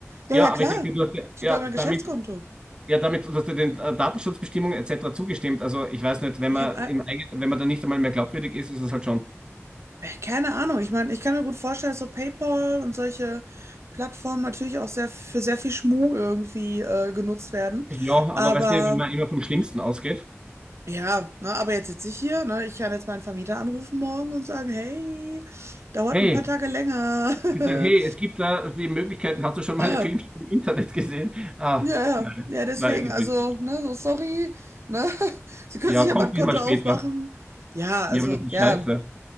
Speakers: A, on the right; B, on the right.
A: Ja,
B: Ja,
A: ja,
B: aber
A: klar.
B: ich denke, du hast ja,
A: Sogar
B: ja
A: mein
B: damit,
A: Geschäftskonto.
B: ja, damit, du hast ja den äh, Datenschutzbestimmungen etc. zugestimmt. Also ich weiß nicht, wenn
A: Ich
B: man
A: habe all-
B: im eigenen, wenn man da nicht einmal mehr glaubwürdig ist, ist es halt schon.
A: Äh, Keine Ahnung. Ich meine, ich kann mir gut vorstellen, dass so PayPal und solche Plattformen natürlich auch sehr für sehr viel Schmuh irgendwie äh, genutzt werden.
B: Ja,
A: Aber
B: aber weißt du, wenn man immer vom Schlimmsten ausgeht,
A: ja, ne, aber jetzt sitze ich hier, ne? Ich kann jetzt meinen Vermieter anrufen morgen und sagen, hey, dauert
B: hey,
A: ein paar Tage länger.
B: ich sag, hey,
A: <clears throat>
B: es gibt da die Möglichkeiten, hast du schon
A: <laughs>
B: mal
A: Äh,
B: einen Film <laughs> im Internet gesehen? Ah,
A: Ja, ja,
B: nein,
A: ja, deswegen,
B: nein, ist
A: also,
B: es nicht.
A: ne, so sorry, ne? <laughs> Sie können
B: Ja,
A: sich ja
B: kommt
A: mal ein Konto
B: diesmal
A: aufmachen.
B: später.
A: Ja,
B: Ja,
A: also,
B: aber das ist
A: ja,
B: scheiße.